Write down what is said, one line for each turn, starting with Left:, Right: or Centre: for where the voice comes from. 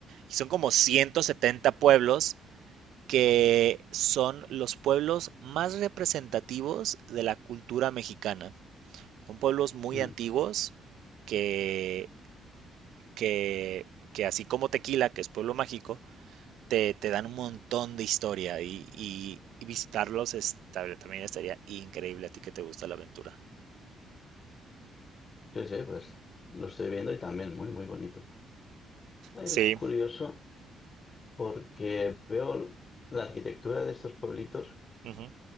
Right: Y son como 170 pueblos que son los pueblos más representativos de la cultura mexicana. Son pueblos muy
Left: Mm.
Right: antiguos que, que, que así como Tequila, que es pueblo mágico, te, te dan un montón de historia y, y- y visitarlos es- también estaría increíble a ti que te gusta la aventura.
Left: Sí, sí, pues lo estoy viendo y también muy, muy bonito. Es
Right: Sí,
Left: curioso porque veo la arquitectura de estos pueblitos
Right: ujú.